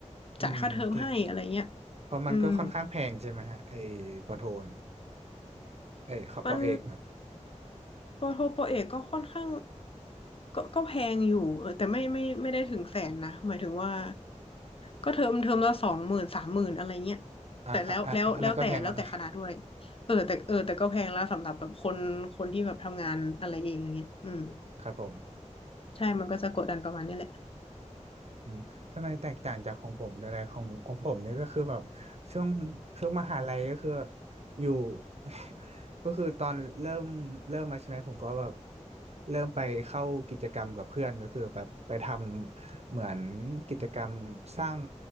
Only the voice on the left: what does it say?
จ่ายค่าเทอมให้อะไรเงี้ย
อืม
มัน ปอโทปอเอกก็ค่อนข้างก็ก็แพงอยู่เออแต่ไม่ไม่ไม่ได้ถึงแสนนะหมายถึงว่าก็เทอมเทอมละสองหมื่นสามหมื่นอะไรเงี้ย
แต่แล้วแล้วแล้วแต่แล้วแต่คณะด้วยเออแต่เออแต่ก็แพงแล้วสำหรับแบบคนคนที่แบบทำงานอะไรเองอย่างเงี้ยอืม
ใช่มันก็จะกดดันประมาณนี้แหละ